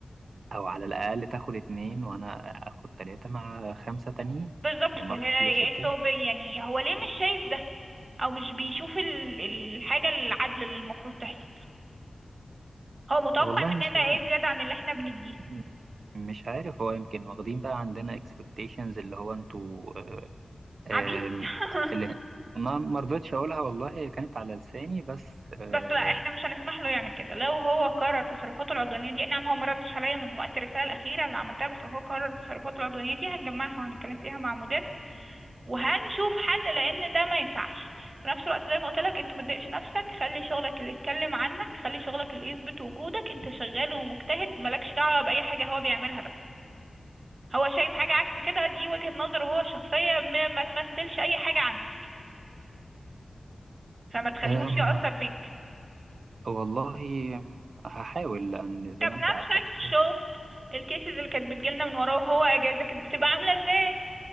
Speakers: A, on the right; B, on the right.
A: او على الاقل تاخد اتنين وانا اخد تلاتة مع خمسة تانيين
B: بالظبط
A: من الماركت
B: فهي
A: بليس التاني
B: انت وب- يعني هو ليه مش شايف ده او مش بيشوف ال- الحاجه العدل اللي المفروض تحصل هو متوقع
A: والله
B: مننا
A: مش عارف
B: ايه زياده عن اللي احنا بنديه
A: م- مش عارف هو يمكن واخدين بقى عندنا expectations اللي هو انتوا آه،
B: عبيد
A: آم،
B: <laughs>
A: اللي ما ما رضيتش اقولها والله هي كانت على لساني بس آه،
B: بس لا احنا مش هنسمح له يعمل كده لو هو كرر تصرفاته العدوانيه دي نعم هو ما ردش عليا من وقت الرساله الاخيره اللي عملتها بس لو هو كرر تصرفاته العدوانيه دي هنجمعها وهنتكلم فيها مع مديرنا وهنشوف حل لان ده ما ينفعش في نفس الوقت زي ما قلت لك انت ما تضايقش نفسك خلي شغلك اللي يتكلم عنك خلي شغلك اللي يثبت وجودك انت شغال ومجتهد مالكش دعوة بأي حاجة هو بيعملها بقى هو شايف حاجة عكس كده دي وجهة نظره هو الشخصية ما, ما تمثلش أي حاجة عنك فما تخليهوش
A: آم،
B: يأثر فيك
A: والله هحاول لان
B: انت
A: زي ما
B: بنفسك
A: انت عارفة كده
B: شفت الكيسز اللي كانت بتجيلنا من وراه وهو اجازة كانت بتبقى عاملة ازاي